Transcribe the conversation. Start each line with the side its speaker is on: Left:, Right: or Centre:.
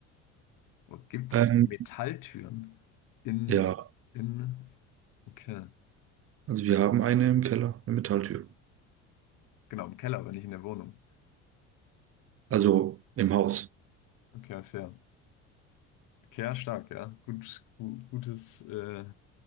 Left: Wo gibt's
Right: ähm,
Left: Metalltüren? In,
Right: ja,
Left: in, okay.
Right: also wir haben eine im Keller, eine Metalltür.
Left: Genau, im Keller, wenn ich in der Wohnung.
Right: Also im Haus.
Left: Okay, fair. Okay, ja, stark, ja. Gut, gu- gutes, äh,